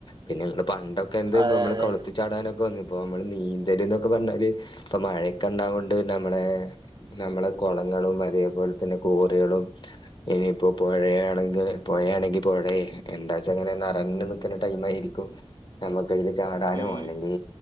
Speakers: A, on the left (about 50°); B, on the right (about 45°).
A: പിന്നെ പണ്ടൊ എന്ത്
B: അതെ
A: നമ്മള്
B: അതെ
A: കൊളത്തി ചാടാനൊക്ക വന്നിപ്പോ നമ്മള് നീന്തല് ഇതൊക്ക പറഞ്ഞാല് ഇപ്പം മഴയ്ക്കെണ്ടാവുൺ ണ്ട് നമ്മളെ നമ്മളെ കൊളങ്ങളും അതേപോൽ തന്നെ കോറുകളും ഇനിയിപ്പോ പൊഴ ആണെങ്കില് പൊഴയാണെങ്കി പൊഴയേ എന്താച്ചാ അങ്ങനെ നറഞ്ഞു നിക്കണ ടൈമായിരി നമ്മുക്കയില് ചാടാനും
B: ഉം
A: അല്ലെങ്കി